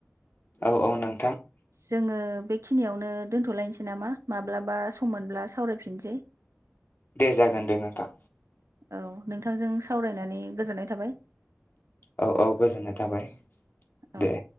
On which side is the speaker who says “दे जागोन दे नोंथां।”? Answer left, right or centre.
Left